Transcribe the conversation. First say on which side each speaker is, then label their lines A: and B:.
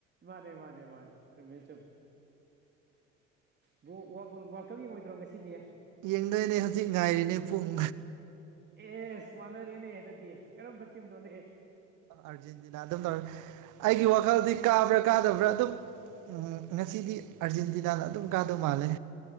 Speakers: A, on the right; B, on the right.
A: ꯃꯥꯅꯦ ꯃꯥꯅꯦ ꯃꯥꯅꯦ ꯆꯨꯝꯃꯦ ꯆꯨꯝ ꯕ꯭ꯔꯣ ꯋꯥꯕ ꯋꯥꯔꯜ ꯀꯞ ꯌꯦꯡꯉꯣꯏꯗ꯭ꯔꯣ ꯉꯁꯤꯗꯤ
B: ꯌꯦꯡꯗꯣꯏꯅꯦ ꯍꯧꯖꯤꯛ ꯉꯥꯏꯔꯤꯅꯦ ꯄꯨꯡ
A: ꯑꯦꯁ ꯋꯥꯅꯔꯦꯅꯦ ꯑꯗꯨꯗꯤ ꯀꯔꯝꯕ ꯇꯤꯝꯅꯣꯅꯦ
B: ꯑꯥꯔꯖꯦꯟꯇꯤꯅꯥ ꯑꯗꯨꯝ ꯇꯧꯔꯦ ꯑꯩꯒꯤ ꯋꯥꯈꯜꯗꯤ ꯀꯥꯕ꯭ꯔꯥ ꯀꯥꯗꯕ꯭ꯔꯥ ꯑꯗꯨꯝ ꯎꯝ ꯉꯁꯤꯗꯤ ꯑꯥꯔꯖꯦꯟꯇꯤꯅꯥꯅ ꯑꯗꯨꯝ ꯀꯥꯗꯧ ꯃꯥꯜꯂꯦ